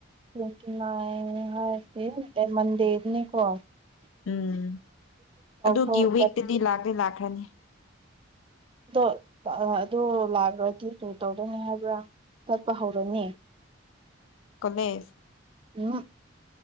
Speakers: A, on the right; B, on the left.
A: ꯇꯋꯦꯟꯇꯤ ꯅꯥꯏ ꯍꯥꯏꯁꯦ ꯇꯦꯟ ꯃꯟꯗꯦꯗꯅꯤ ꯀꯣ
B: ꯎꯝ ꯑꯗꯨꯒꯤ
A: ꯇꯧꯊꯣꯛ
B: ꯋꯤꯛꯇꯗꯤ ꯂꯥꯛꯇꯦ ꯂꯥꯛꯈ꯭ꯔꯅꯤ
A: ꯑꯗꯣ ꯑꯗꯣ ꯂꯥꯛꯈ꯭ꯔꯗꯤ ꯇꯨ ꯇꯧꯗꯧꯅꯤ ꯍꯥꯏꯕ꯭ꯔꯥ ꯆꯠꯄ ꯍꯧꯔꯅꯤ
B: ꯀꫭꯂꯦꯁ
A: ꯎꯝꯃ